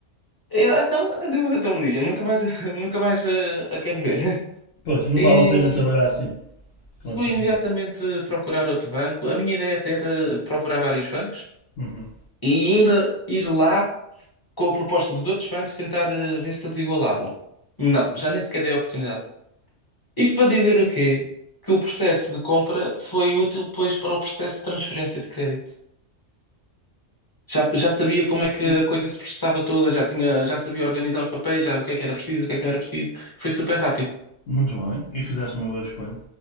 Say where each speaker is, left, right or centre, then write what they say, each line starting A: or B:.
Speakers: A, on the left; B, on the left.
A: Eu, "Ah, então, adeus até um dia, nunca mais, <laughs> nunca mais eh, a quero ver. <laughs>
B: Pois, não
A: E
B: vale a pena trabalhar assim, com essa
A: fui
B: gente.
A: imediatamente procurar outro banco. A minha ideia até era procurar vários bancos
B: Uhum.
A: e ainda ir lá com a proposta de outros bancos tentar eh, ver se eles igualavam. Não, já nem sequer dei a oportunidade. Isto para dizer o quê? Que o processo de compra foi útil depois para o processo de transferência de crédito. Já, já sabia como é que
B: E-
A: a coisa se processava toda, já tinha, já sabia organizar os papéis, já o que é que era preciso, o que é que não era preciso. Foi super rápido.
B: Muito bem. E fizeste uma boa escolha.